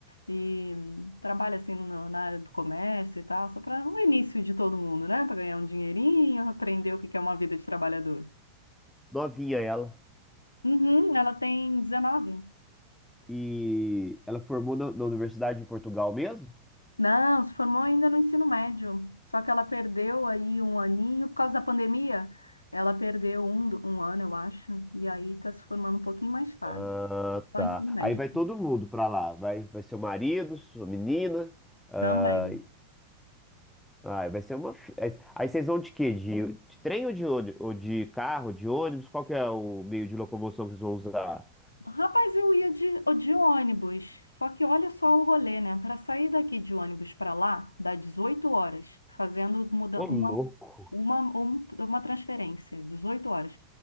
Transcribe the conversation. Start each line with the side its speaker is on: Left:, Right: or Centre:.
Left: e hum, trabalha assim no- na área do comércio e tal, só para o início de todo mundo, né? Para ganhar um dinheirinho, aprender o que que é uma vida de trabalhador.
Centre: Novinha ela.
Left: Uhum, ela tem 19.
Centre: E ela formou na na Universidade de Portugal mesmo?
Left: Não, se formou ainda no ensino médio. Só que ela perdeu aí um aninho por causa da pandemia. Ela perdeu um, do- um ano, eu acho, e aí está se formando um pouquinho mais tarde.
Centre: Ah,
Left: Só
Centre: tá.
Left: ensino médio
Centre: Aí vai todo mundo pra lá. Vai, vai seu marido, sua menina. ah,
Left: também.
Centre: ah, vai ser uma. fi- Aí aí vocês vão de quê? De, de trem ou de, ôni- ou de carro, de ônibus? Qual que é o meio de locomoção que vocês vão usar?
Left: Rapaz, eu ia de, de ônibus. Só que olha só o rolê, né? Para sair daqui de ônibus para lá, dá 18 horas, fazendo muda,
Centre: Ô,
Left: uma,
Centre: louco.
Left: uma, um- uma transferência, 18 horas.